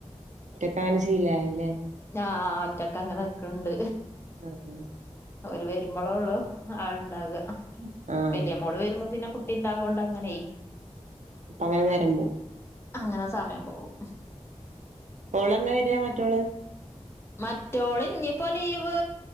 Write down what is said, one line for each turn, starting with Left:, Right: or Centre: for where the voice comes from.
Right: ങ്ങനെ ശീലായില്ലേ
Left: ഞാ ആഹ് ആഹ് ഒറ്റക്കങ്ങനെ നിക്ക്‌ണ്ട്
Right: ആഹ്
Left: അവര് വരുമ്പളേ ഒള്ള് ആള്ണ്ടാക
Right: ആഹ്
Left: വല്യമോള് വെരുമ്പം പിന്നെ കു ട്ടി ഇണ്ടാവോണ്ടങ്ങനെ
Right: അങ്ങനെ നേരമ്പോം
Left: അങ്ങനെ സമയം പോവും
Right: ഓള്ന്നാ വെര്യാ മറ്റോള്
Left: മറ്റോള് ഇഞ്ഞിപ്പോ ലീവ്